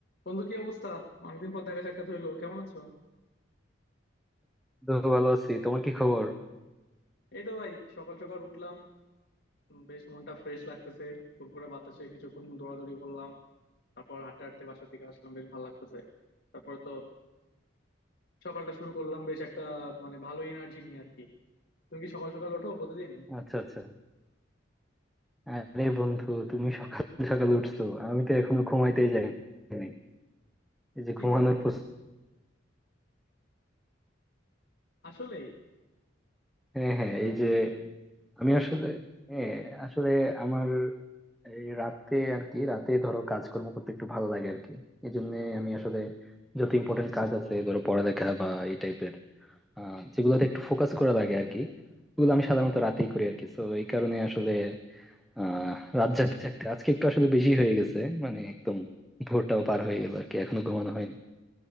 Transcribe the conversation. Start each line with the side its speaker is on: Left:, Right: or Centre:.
Left: বন্ধু কি অবস্থা অনেকদিন পর দেখা সাক্ষাৎ হইলো কেমন আছো
Centre: তো ভালো আছি তোমার কি খবর
Left: এই তো ভাই সকাল সকাল উঠলাম উম, বেশ মনটা ফ্রেশ লাগতেছে ফুরফুরে বাতাসে কিছুক্ষণ দৌড়াদৌড়ি করলাম তারপর হাঁটতে হাঁটতে বাসার দিকে আসলাম বেশ ভালো লাগতেছে তারপর তো সকালটা শুরু করলাম বেশ একটা মানে ভালো এনার্জি নিয়ে আর কি তুমি কি সকাল সকাল ওঠো প্রতিদিন
Centre: আচ্ছা আচ্ছা আরে বন্ধু তুমি সকাল সকাল উঠছো আমি তো এখনো ঘুমাইতেই যাই নাই এই যে
Left: কি
Centre: ঘুমানোর
Left: বলো
Centre: প্রস-
Left: আসলেই
Centre: হ্যাঁ হ্যাঁ এই যে আমি আসলে হ্যাঁ আসলে আমার এই রাতে আর কি রাতে ধরো কাজকর্ম করতে একটু ভালো লাগে আর কি এই জন্য আমি আসলে যত ইম্পর্টেন্ট কাজ আছে ধরো পড়ালেখা বা এই টাইপের আহ যেগুলোতে একটু ফোকাস করা লাগে আর কি ওগুলো আমি সাধারণত রাতেই করি আর কি তো এই কারণে আসলে আহ রাত জাগতে জাগতে আজকে একটু আসলে বেশি হয়ে গেছে মানে একদম ভোরটাও পার হয়ে গেল আর কি এখনো ঘুমানো হয়নি